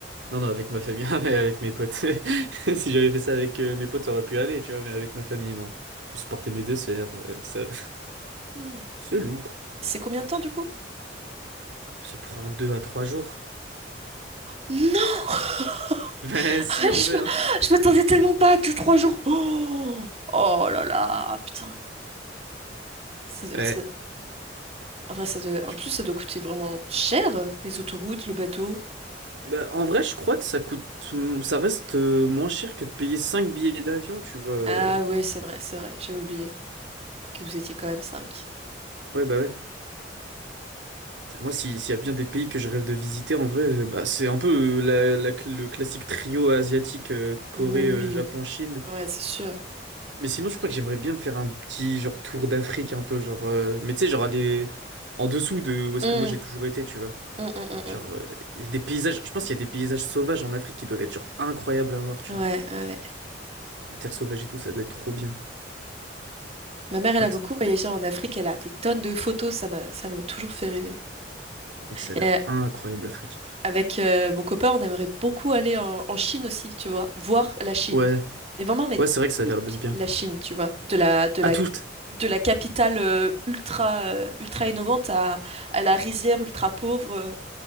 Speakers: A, on the right; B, on the right.
A: Non, non, avec ma famille, <laughs> ah, mais avec mes potes. <laughs> Si j'avais fait ça avec euh, mes potes, ça aurait pu aller, tu vois, mais avec ma famille, non. Je supportais mes deux sœurs, euh, tout ça.
B: Hmm.
A: C'est lourd.
B: C'est combien de temps du coup?
A: Ça prend deux à trois jours. <laughs>
B: Non!
A: Ben
B: <laughs>
A: si, en
B: Je
A: vrai,
B: m'a-
A: hein.
B: je m'attendais tellement pas à 2-3 jours. Oh, Oh là là, putain. Ça doit-
A: Ouais.
B: ça- En vrai, ça doit- en
A: Je-
B: plus, ça doit coûter vraiment cher, les autoroutes, le bateau.
A: ben, en vrai, je crois que ça coûte... hum, Ça reste euh, moins cher que de payer cinq billets d'avion, tu vois. euh.
B: Ah ouais, c'est vrai, c'est vrai, j'avais oublié. Que vous étiez quand même cinq.
A: Ouais, bah ouais. Putain, Moi, si- s'il y a bien des pays que je rêve de visiter, en vrai, euh, bah, c'est un peu euh, la- la cl- le classique trio asiatique, euh, Corée,
B: Mais oui,
A: euh, Japon, Chine.
B: ouais, c'est sûr.
A: Mais sinon, je crois que j'aimerais bien me faire un petit genre tour d'Afrique un peu, genre. euh, Mais tu sais, genre aller en dessous de où est-ce
B: Hum,
A: que moi j'ai toujours été, tu vois.
B: hum, hum, hum,
A: Genre,
B: hum.
A: euh, il y a des paysages. Je pense qu'il y a des paysages sauvages en Afrique qui doivent être genre incroyables à voir, tu
B: Ouais, ouais.
A: vois.
B: ouais.
A: Les terres sauvages et tout, ça doit être trop bien.
B: Ma mère,
A: What?
B: elle a beaucoup voyagé en Afrique, elle a des tonnes de photos, ça m'a, ça m'a toujours fait rêver.
A: Mec, ça a
B: Et
A: l'air
B: euh,
A: incroyable l'Afrique.
B: avec euh, mon copain, on aimerait beaucoup aller en, en Chine aussi, tu vois, voir la Chine.
A: Ouais,
B: Mais vraiment, mais
A: ouais, c'est vrai que ça
B: toute
A: a l'air d'être bien.
B: la Chine, tu vois, de la, de la,
A: À toutes.
B: de la capitale euh, ultra, euh, ultra innovante à, à la rizière ultra pauvre. euh,